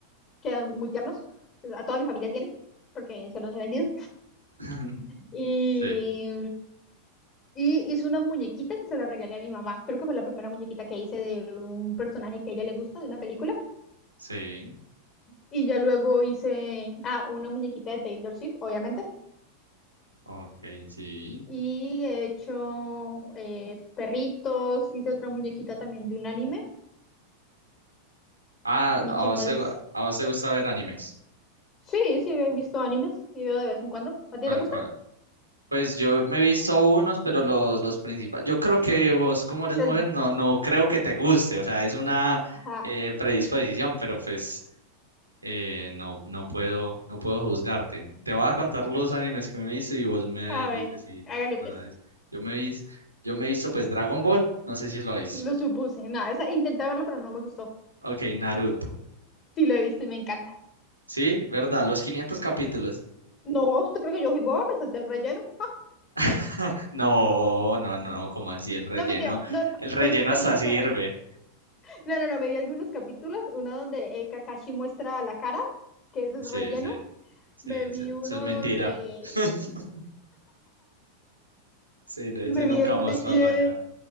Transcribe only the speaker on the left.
quedan muy tiernos. A toda mi familia tiene, porque se los he vendido.
Y,
y hice una muñequita que se la regalé a mi mamá. Creo que fue la primera muñequita que hice de un personaje que a ella le gusta, de una película.
Y ya luego hice, ah, una muñequita de Taylor Swift, obviamente.
Y he hecho eh, perritos, hice otra muñequita también de un anime.
¿Y
qué
más?
Sí, sí, he visto animes, sí veo de vez en cuando. ¿A ti
te gusta?
Pues,
ajá.
A
ver,
hágale pues.
Lo supuse. No, esa intenté verla, pero no me gustó.
Sí, lo he visto y me encanta.
No, ¿usted cree que yo fui boba? Me salté el relleno. Ah,
no, mentira. No, no,
me,
me
vi el
ca- no, no, no, me vi algunos capítulos. Uno donde eh, Kakashi muestra la cara, que eso es
relleno.
Me
vi uno
donde
Me
vi el
relleno,